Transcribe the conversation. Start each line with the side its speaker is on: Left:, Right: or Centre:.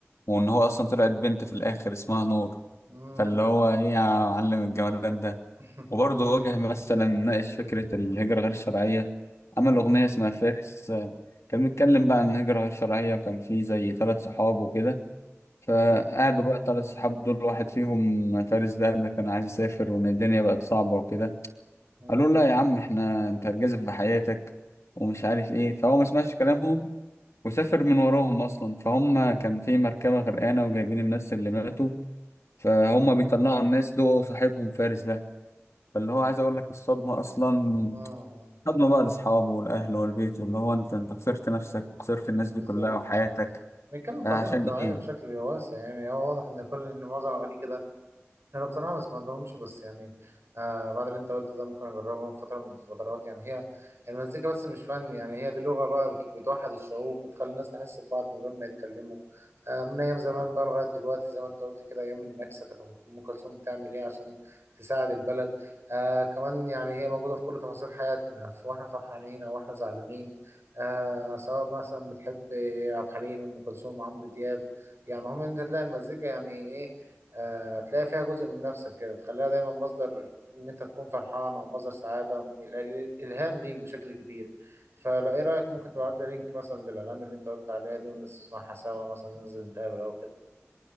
Left: وان هو اصلا طلعت بنت في الاخر اسمها نور
Right: مم،
Left: فاللي هو
Right: مم.
Left: ايه يا معلم الجمدان ده
Right: <laughs>
Left: وبرضه واجه مثلا ناقش فكرة الهجرة غير الشرعية عمل أغنية
Right: مم.
Left: اسمها فارس آه، كان بيتكلم بقى عن الهجرة غير شرعية وكان فيه زي ثلاث صحاب وكده فقعدوا
Right: مم.
Left: بقى ثلاث صحاب دول واحد فيهم فارس ده قال لك أنا عايز أسافر وإن الدنيا بقت صعبة وكده
Right: مم.
Left: قالوا له لا يا عم إحنا أنت هتجازف بحياتك ومش عارف إيه فهو ما سمعش كلامهم وسافر من وراهم أصلا فهم كان في مركبة غرقانة وجايبين الناس اللي ماتوا فهم بيطلعوا الناس لقوا صاحبهم فارس ده فاللي هو عايز اقول لك الصدمه اصلا
Right: مم.
Left: صدمه بقى لاصحابه والاهل والبيت اللي هو انت انت خسرت نفسك خسرت الناس
Right: بالظبط
Left: دي كلها وحياتك
Right: بيتكلم في
Left: عشان
Right: قضية مجتمعية
Left: ايه
Right: بشكل واسع يعني هو واضح ان كل ان معظم اغانيه كده انا بصراحه ما سمعتهمش بس يعني آه بعد اللي انت قلته ده ممكن اجربهم في فتره من الفترات يعني هي المزيكا بس مش فن يعني هي دي لغه بقى بت- بتوحد الشعوب بتخلي الناس تحس ببعض من غير ما يتكلموا آه من ايام زمان بقى لغايه دلوقتي زي ما انت قلت كده ايام النكسه كانت ام كلثوم بتعمل ايه عشان تساعد البلد آه كمان يعني هي موجوده في كل تفاصيل حياتنا في واحنا فرحانين او واحنا زعلانين آه سواء مثلا بتحب عبد الحليم ام كلثوم عمرو دياب يعني مهم ان انت تلاقي المزيكا يعني ايه آه، تلاقي فيها جزء من نفسك كده تخليها دايما مصدر ان انت تكون فرحان او مصدر سعاده ال- الهام ليك بشكل كبير فلا ايه رايك ممكن تبعت لي لينك مثلا للاغاني اللي انت قلت عليها دي ونسمعها سوا مثلا ننزل نتقابل او كده